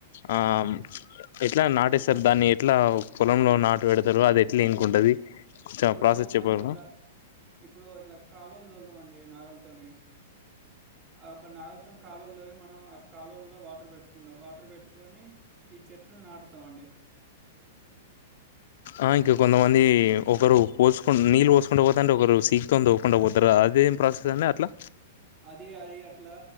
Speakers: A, on the left; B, on the right.
A: ఆ ఎట్లా నాటేస్తారు దాన్ని ఎట్లా పొలంలో నాటు పెడతారు అది ఎట్లా ఇంకుంటది కొంచెం
B: ఇప్పుడు
A: ప్రాసెస్
B: మనం
A: చెప్పగలరా
B: ఇట్లా ఇప్పుడు ఇట్లా కాలువలు తో అండి నాగలతోని ఆయొక్క నాగలతోని కాలులు తోరి మనం ఆ కాలులలో వాటర్ పెట్టుకుంటాం వాటర్ పెట్టుకొని ఈ చెట్లు నాటుతామండి
A: ఆ ఇంకా కొంతమంది ఒకరు పోసుకు నీళ్ళు పోసుకుంటూ పోతా అంటే ఒకరు సీక్తో తవ్వుకుంటూ పోతారు అదేం ప్రాసెస్ అండి అట్లా
B: అది అది అట్లా